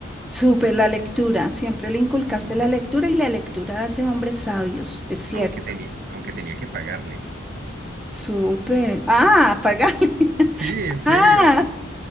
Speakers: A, in the centre; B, on the right.
A: Súper la lectura. Siempre le inculcaste
B: Y
A: la lectura y la lectura hace hombres sabios, es cierto.
B: aunque, teni- aunque tenía que pagarle.
A: Súper. Ah, apagale. <laughs>
B: Sí, en serio.
A: Ah,